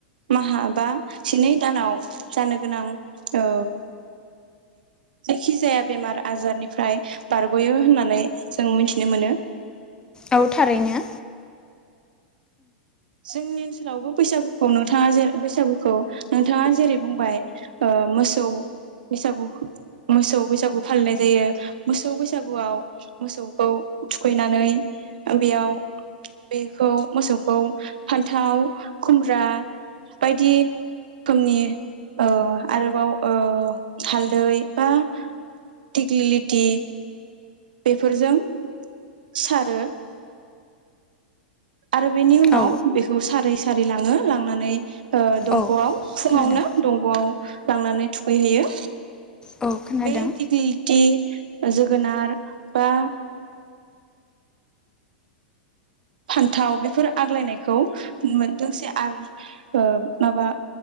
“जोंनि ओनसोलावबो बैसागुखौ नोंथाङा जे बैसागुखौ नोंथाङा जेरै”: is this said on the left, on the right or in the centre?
Right